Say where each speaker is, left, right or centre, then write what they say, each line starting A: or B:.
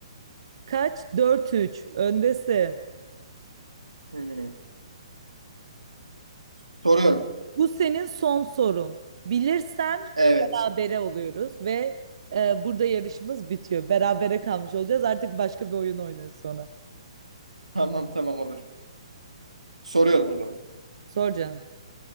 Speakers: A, on the right; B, on the right.
A: Kaç? dört üç Öndesin.
B: Hmm. Soruyorum.
A: Bu senin son sorun. Bilirsem
B: Evet.
A: berabere oluyoruz ve e, burada yarışımız bitiyor. Berabere kalmış olacağız. Artık başka bir oyun oynuyoruz sonra.
B: Tamam tamam olur. Soruyorum o zaman.
A: Sor canım.